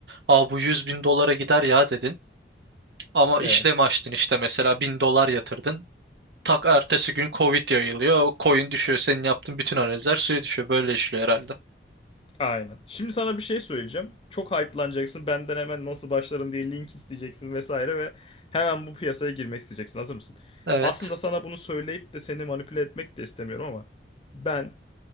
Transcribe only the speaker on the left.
Evet.
Aynen. Şimdi sana bir şey söyleyeceğim. Çok hype'lanacaksın. Benden hemen nasıl başlarım diye link isteyeceksin vesaire ve hemen bu piyasaya girmek isteyeceksin. Hazır mısın?
Aslında sana bunu söyleyip de seni manipüle etmek de istemiyorum ama ben